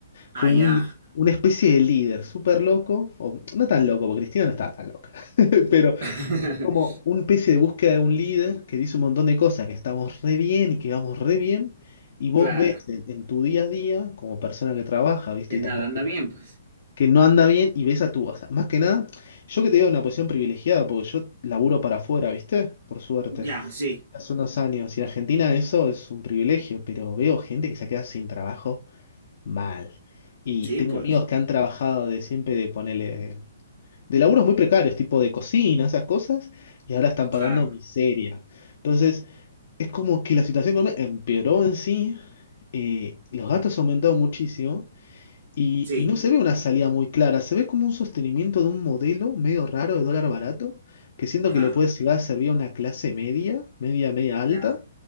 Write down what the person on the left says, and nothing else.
como
un- una especie de líder súper loco, o no tan loco, porque Cristina no estaba tan loca, <laughs> pero
como una especie de búsqueda de un líder que dice un montón de cosas, que estamos re bien y que vamos re bien, y vos
ves en, en tu día a día, como persona que trabaja, ¿viste?
Y tampoco
que no anda bien y ves a tu, o sea, más que nada, yo que te digo una posición privilegiada, porque yo laburo para afuera, ¿viste? Por suerte,
hace unos años, y en Argentina eso es un privilegio, pero veo gente que se queda sin trabajo mal. Y
tengo
amigos que han trabajado de siempre de ponerle, de laburos muy precarios, tipo de cocina, esas cosas, y ahora están pagando
miseria. Entonces, es como que la situación económica empeoró en sí, eh, los gastos aumentaron muchísimo. Y,
y no se ve una salida muy clara, se ve como un sostenimiento de un modelo medio raro de dólar barato, que siento
que le puede llegar a servir a una clase media, media, media alta,